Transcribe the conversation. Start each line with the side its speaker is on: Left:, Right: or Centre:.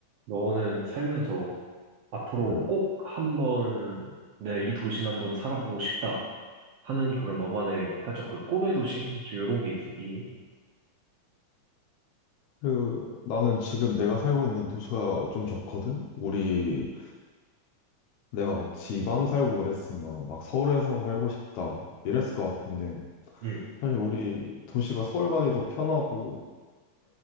Right: 너는 살면서 앞으로
Left: 음.
Right: 꼭 한번 내가 이 도시는 한번 살아보고 싶다 하는 그런 너만의 살짝 그 꿈의 도시? 이런 게 있, 있니?
Left: 그, 나는 지금 내가 살고 있는 도시가 좀 좋거든? 우리, 내가 막 지방 살고 그랬으면 막 서울에서 살고 싶다. 이랬을 것 같은데.
Right: 응,
Left: 사실 우리 도시가 서울 가기도 편하고,